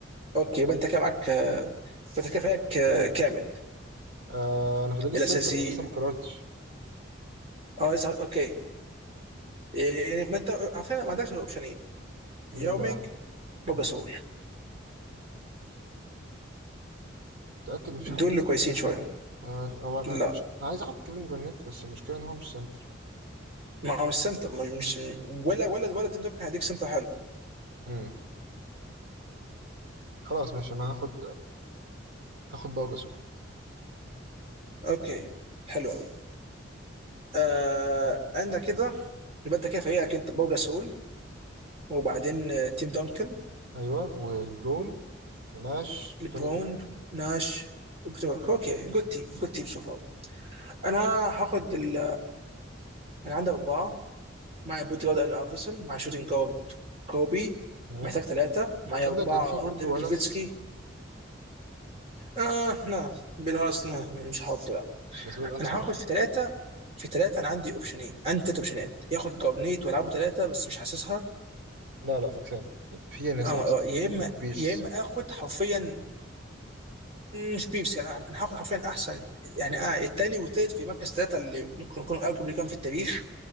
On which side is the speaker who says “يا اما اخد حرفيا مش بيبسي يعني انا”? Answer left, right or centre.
Right